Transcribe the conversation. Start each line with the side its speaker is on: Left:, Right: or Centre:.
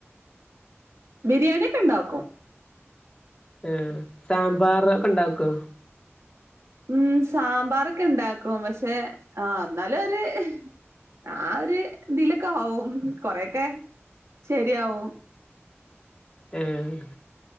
Right: ബിരിയാണി ഒക്കെണ്ടാക്കും
Left: എഹ് സാമ്പാറ് ഒക്കെണ്ടാക്കോ
Right: ഉം സാമ്പാറൊക്കെണ്ടാക്കും പക്ഷെ ആഹ് എന്നാലൊര് ആഹ് ഒരു ഇതിലൊക്കെ ആവും കൊറേയൊക്കെ ശരിയാവും
Left: ഏഹ്